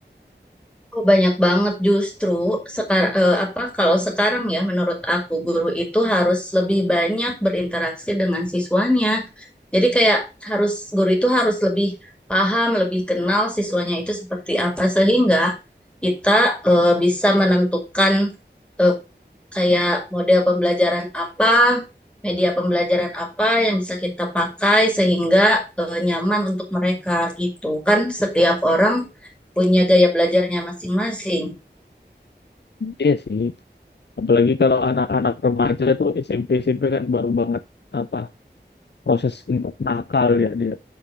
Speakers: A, in the centre; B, on the left.
A: Oh, banyak banget justru sekarang apa kalau sekarang ya menurut aku guru itu harus lebih banyak berinteraksi dengan siswanya. Jadi kayak harus guru itu harus lebih paham, lebih kenal siswanya itu seperti apa sehingga kita eh, bisa menentukan eh, kayak model pembelajaran apa, media pembelajaran apa yang bisa kita pakai sehingga eh, nyaman untuk mereka gitu. Kan setiap orang punya gaya belajarnya masing-masing.
B: Iya sih. Apalagi kalau anak-anak remaja tuh SMP SMP kan baru banget apa proses untuk nakal ya dia.